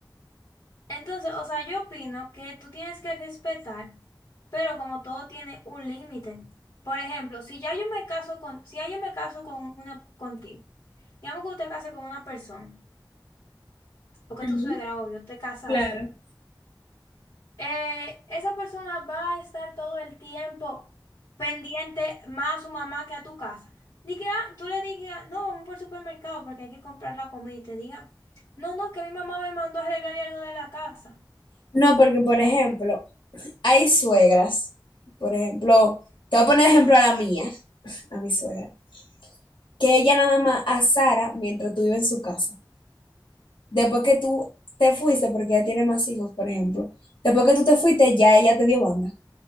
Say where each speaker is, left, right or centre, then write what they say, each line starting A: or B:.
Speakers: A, on the left; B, on the left.
A: Entonces, o sea, yo opino que tú tienes que respetar, pero como todo tiene un límite. Por ejemplo, si ya yo me caso con, si ya yo me caso con una contigo, digamos que usted case con una persona, porque
B: Ujú,
A: tu suegra, obvio, te casaste.
B: Claro.
A: eh, esa persona va a estar todo el tiempo pendiente más a su mamá que a tu casa. Di que, ah, tú le digas, no, vamos por el supermercado porque hay que comprar la comida y te diga, no, no, que mi mamá me mandó a arreglar algo de la casa.
B: No, porque por ejemplo, hay suegras, por ejemplo, te voy a poner ejemplo a la mía, a mi suegra. que ella nada más a Sara mientras tú vives en su casa. Después que tú te fuiste, porque ella tiene más hijos, por ejemplo, después que tú te fuiste, ya ella te dio banda.